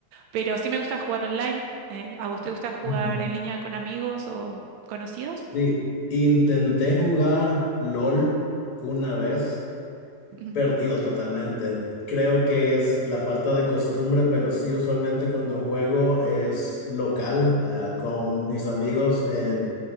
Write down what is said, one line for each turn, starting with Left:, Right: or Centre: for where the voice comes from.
Right: Pero sí me gusta jugar online. Eh, ¿a vos te gusta jugar
Left: ujú.
Right: en línea con amigos o conocidos?
Left: Sí, intenté jugar LOL una vez,
Right: <laughs> Ujú.
Left: perdido totalmente. Creo que es la falta de costumbre, pero sí, usualmente cuando juego es local, ah, con mis amigos. eh,